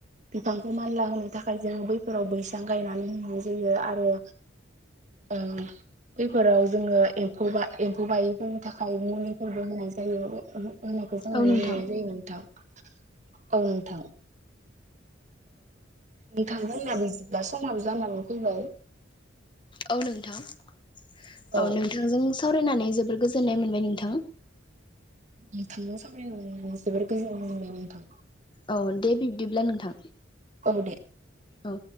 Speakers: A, on the right (about 40°); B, on the left (about 25°).
A: बिफांखौ मानला होनो थाखाय जों बैफोराव बैसां गायनानै होनाय जायो आरो औ दे। बेफोराव जोङो एम्फौ एम्फौ बायिफोरनि थाखाय मुलिफोरबो होनाय जायो होननाखौ जों नुनो
B: औ नोंथां
A: मोननाय जायो नोंथां औ नोंथां। नोंथांमोनना बिदिब्ला समाबो जानानै फैबाय।
B: औ नोंथां औ
A: औ
B: नोंथांजों सावरायनानै जोबोर गोजोननाय मोनबाय नोंथां।
A: नोंथां' सामायनो जोबोर गोजोननाय मोनबाय नोंथां।
B: औ दे बिब्दिब्ला नोंथां।
A: औ दे।
B: औ।